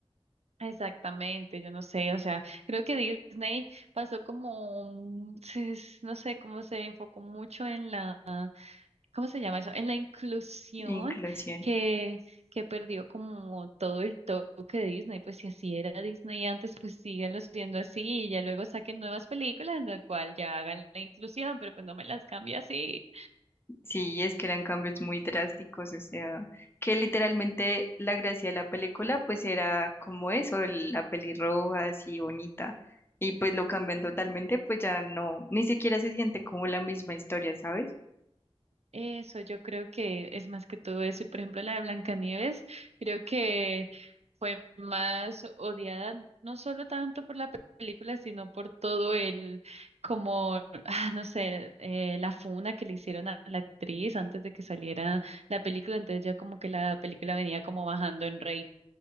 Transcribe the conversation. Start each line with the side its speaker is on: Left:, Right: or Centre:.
Right: exactamente, yo no sé, o sea, creo que Disney pasó como, un- se- no sé, cómo se enfocó mucho en la ¿cómo se llama eso? En la inclusión
Left: inclusión.
Right: que, que perdió como todo el toque de Disney, pues si así era Disney antes, pues síganlos viendo así y ya luego saquen nuevas películas en las cual ya hagan la inclusión, pero pues no me las cambie así.
Left: Sí, es que eran cambios muy drásticos, o sea, que literalmente la gracia de la película pues era como eso, el- la pelirroja así bonita. Y pues lo cambian totalmente, pues ya no, ni siquiera se siente como la misma historia, ¿sabes?
Right: Eso, yo creo que es más que todo eso. Y por ejemplo, la de Blancanieves, creo que fue más odiada, no solo tanto por la pe- película, sino por todo el, como, <laughs> ah, no sé, eh, la funa que le hicieron a la actriz antes de que saliera la película. Entonces ya como que la película venía como bajando en rating.